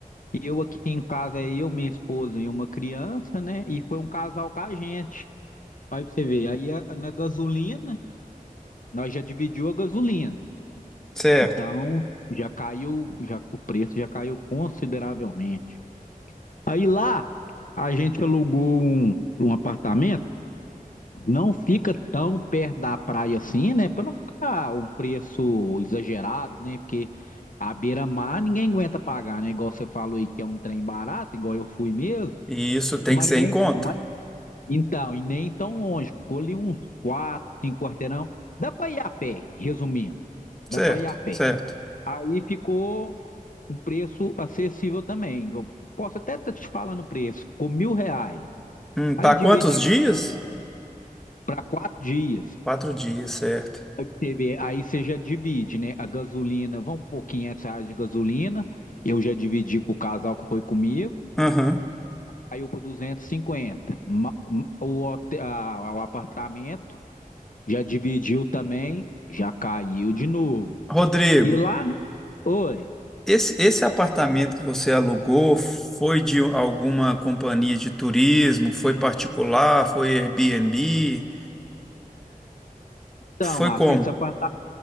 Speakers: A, on the left (about 65°); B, in the centre.
A: E eu aqui em casa, é eu, minha esposa e uma criança, né? E foi um casal com a gente. Aí pra você ver, aí a- na gasolina, nós já dividiu a gasolina.
B: Certo.
A: Então, já caiu, já o preço já caiu consideravelmente. Aí lá, a gente alugou um, um apartamento, não fica tão perto da praia assim, né? Para não ficar um preço exagerado, né? Porque a beira-mar ninguém aguenta pagar, né? Igual você falou aí que é um trem barato, igual eu fui mesmo.
B: E isso tem
A: Mas
B: que ser
A: nem.
B: em conta.
A: mas- então, e nem tão longe. Ficou ali uns quatro, cinco quarteirão. Dá para ir a pé, resumindo.
B: Certo,
A: Dá para ir a pé.
B: certo.
A: Aí ficou um preço acessível também. Eu posso até estar te falando o preço. Ficou mil reais.
B: Hum,
A: Aí
B: para
A: dividi
B: quantos dias?
A: para quatro dias.
B: Quatro dias, certo.
A: Você vê, Aí você já divide, né? A gasolina, vamos por 500 reais de gasolina. Eu já dividi com o casal que foi comigo.
B: Aham.
A: Aí eu por 250. Ma- O, hotel, a- o apartamento. Já dividiu também, já caiu de novo.
B: Rodrigo,
A: E lá, né? Oi.
B: esse, esse apartamento que você alugou foi de alguma companhia de turismo? Foi particular? Foi Airbnb?
A: Então,
B: Foi
A: Márcio,
B: como?
A: esse aparta-